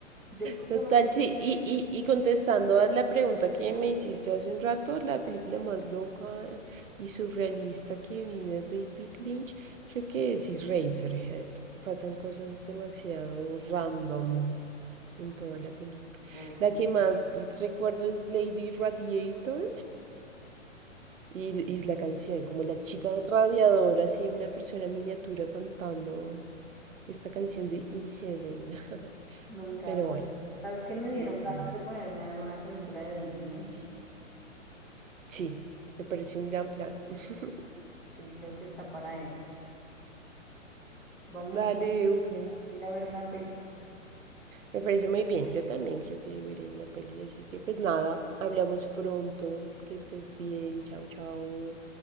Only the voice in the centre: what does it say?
Yo creo
que me
gusta.
Me encanta.
¿Sabes qué? Me dieron
ganas de ponerme a ver una película de David Lynch.
Sí, creo que está para eso. Vamos
a ir a ver una película.